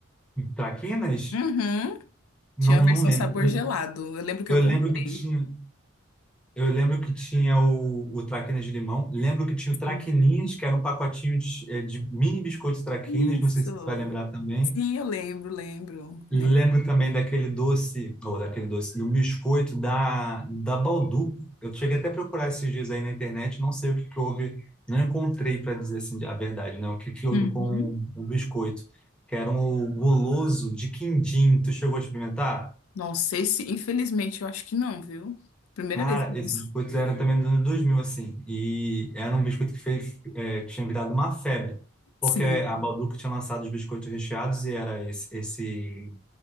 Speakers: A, in the centre; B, on the left (about 85°).
A: traquinas?
B: Uhum.
A: Não,
B: Tinha a versão
A: não lembro.
B: sabor gelado. Eu lembro que
A: Eu,
B: eu
A: eu
B: comprei.
A: lembro que tinha. Eu lembro que tinha o, o traquinas de limão. Lembro que tinha o traquininhas,
B: Uhum.
A: que era um pacotinho de, eh, de mini biscoitos traquinas.
B: Isso.
A: Não sei se você vai lembrar também.
B: Sim, eu lembro, lembro, né?
A: Lembro também daquele doce, ou daquele doce, do biscoito da, da Baldu. Eu cheguei até a procurar esses dias aí na internet, não sei o que que houve, não encontrei para dizer assim a verdade, né? O que que houve
B: Uhum.
A: com o biscoito, que era um guloso de quindim. Tu chegou a experimentar?
B: Não sei se, infelizmente, eu acho que não, viu? Primeira
A: Cara,
B: vez que eu
A: esse
B: uso.
A: biscoito era também dos anos 2000 assim, e era um biscoito que fez, é, que tinha virado uma febre, porque
B: Sim.
A: a Balduco tinha lançado os biscoitos recheados e era esse, esse